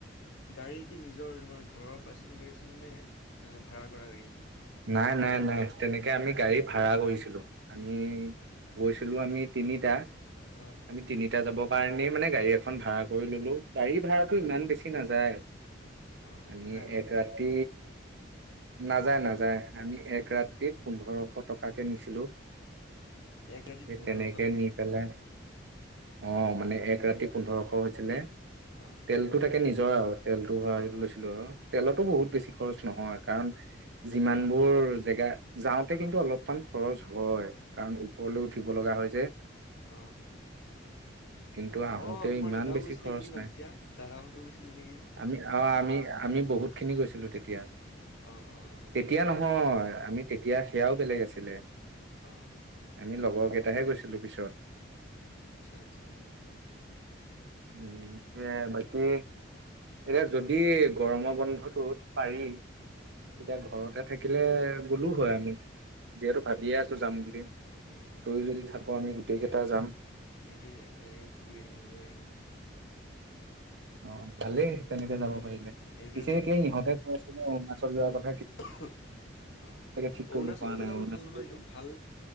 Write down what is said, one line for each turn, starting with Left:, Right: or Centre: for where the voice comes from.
Left: গাড়ী কি নিজ নিজৰ তোমাৰ ঘৰৰ পাৰ্চেনেল গাড়ী আছিলে নে নানে ভড়া কৰা গাড়ী আছিল।
Right: নাই, নাই, নাই, তেনেকে আমি গাড়ী ভাড়া কৰিছিলো। আমি গৈছিলো আমি তিনিটা।
Left: অ',
Right: আমি তিনিটা যাব <unintelligible> মানে গাড়ী এখন ভাড়া কৰি ললো। গাড়ী ভাড়াটো ইমান বেছি নাযায়।
Left: অ',
Right: আমি
Left: নাযায় ন'
Right: এক ৰাতি নাযায়, নাযায়। য আমি এক ৰাতি্ৰ পোন্ধৰশ টকাকে নিছিলো।
Left: এক গাড়ীত
Right: সেই
Left: পোন্ধৰশ
Right: তেনেকেই
Left: টকা
Right: নি পেলাই। অ, মানে এক ৰাতি পোন্ধৰশ হৈছিলে।
Left: অ',
Right: তেলটো তাকে নিজ অ' আৰু তেলটো ভৰাই লৈছিলো, অ' তেলতো
Left: অ',
Right: বহুত
Left: অ',
Right: বেছি খৰচ নহয়, কাৰণ যিমানবোৰ জেগা, যাওঁতে কিন্তু অলপমান খৰচ হয়। কাৰণ ওপৰলৈও
Left: উম,
Right: উঠিব লগা হয় যে,
Left: অ',
Right: কিন্তু আহোতে
Left: অ', তোমাৰ
Right: ইমান
Left: দাদাও
Right: বেছি
Left: গৈছিলে
Right: খৰচ
Left: নেকি ন'
Right: নাই,
Left: তেতিয়া দাদাহঁতো গৈছিলে নেকি?
Right: আমি আৰু আমি আমি বহুত খিনি গৈছিলো, তেতিয়া
Left: অ' অ',
Right: তেতিয়া
Left: গম
Right: নহয়, আমি তেতিয়া সেয়াও বেলেগ আছিলে,
Left: অ'
Right: আমি লগৰ কে এটাহে গৈছিলো পিছত,
Left: আচ্ছা, আচ্ছা, উম,
Right: উ সেইয়া বাকী এতিয়া যদি গৰমত বন্ধটোত পাৰি
Left: উম,
Right: তেতিয়া ঘৰতে থাকিলে গ'লো হয় আমি, যিহেতু ভাবিয়ে আছো যাম বুলি তয়ও
Left: উম,
Right: যদি থাক, আমি গোটেই কেইটা যাম।
Left: সেইটোৱ, একেলগে ঘূৰি আহিলোঁৱে হয়।
Right: অ' ভালেই তেনেকে যাব পাৰিলে।
Left: এনেতো
Right: পিছে এতিয়া ইহঁতে কৈছে ন, চব ল'ৰা গ'ল
Left: উমহ' অ অৰুণাচলৰ
Right: ঠিক কৰিব পৰা নাই
Left: জেগাটো
Right: অৰুণাচলো
Left: ভাল নহয় ভাল